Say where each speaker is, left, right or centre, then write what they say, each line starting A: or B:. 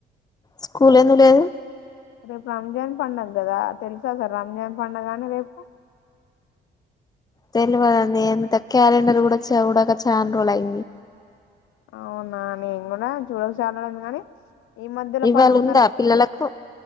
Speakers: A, on the left; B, on the left.
A: స్కూలే లేదు
B: రేపు రంజాన్ పడుగ కదా తెలుసా సార్ రంజాన్ పండుగ కాని రేపు
A: తెలివద అండి ఎంత క్యాలెండర్ కూడా చూడక చఛాన్ రోల్ అయి్యంది
B: అవునా నేను కూడా చూడక చాలంది కానీ ఈ మధ్యలో
A: ఇవ్ళ
B: పండుగ ఉందనేసి
A: ఉందా పిల్లలకు